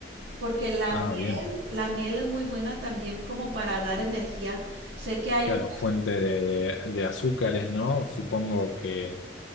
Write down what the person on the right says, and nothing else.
porque la
miel,
la miel es muy buena también como para dar energía. Sé que hay
unos,